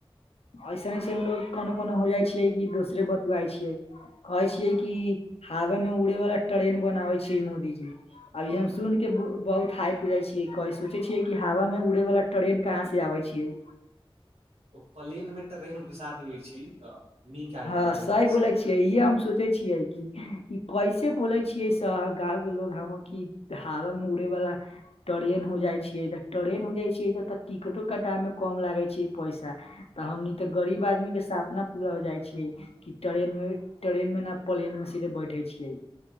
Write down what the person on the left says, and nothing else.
ऐसन ऐसन लोग कोनो कोनो हो जाइ छियै कि दोसरे बतुआइ छियै। कहै छियै की हवा में उड़े वाला ट्रेन बनाबै छियै मोदीजी। इ हम सुन के बहुत हाइप जाे छी कहय सोचेय छीये की हवा मे उड़े वाल ट्रेन कहाँ से आवे छीये।
हँ
सही
बोलै छियै इहे हम सोचै छियै कि ई कैसे बोले छियै शह गाँंव के लोग ह कि हवा मे उड़े बाला ट्रेन हो जाइ छियै तऽ ट्रेन हो जाइ छियै तऽ त टिकटो कटा मे कम लागै छी पैसा। तऽ हमनी तऽ गरीब आदमी के सापना पूरा हो जाइ छीये की टरेन मे टरेन मे ना पलेन में सीधे बैठे छियै।